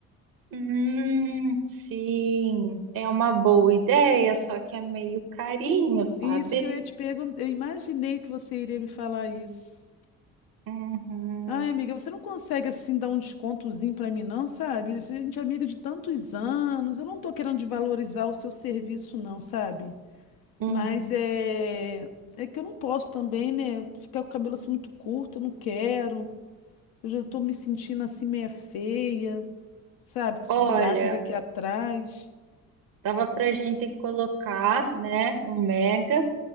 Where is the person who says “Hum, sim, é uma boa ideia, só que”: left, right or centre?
Right